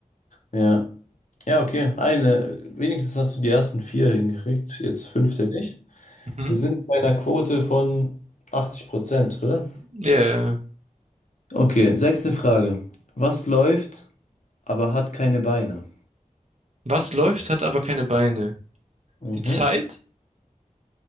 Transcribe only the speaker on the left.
ich. Ja. Ja, okay. Eine. Wenigstens hast du die ersten vier hingekriegt. Jetzt fünfte nicht.
Wir sind bei einer Quote von 80 Prozent, oder?
Okay, sechste Frage. Was läuft, aber hat keine Beine?
Mhm.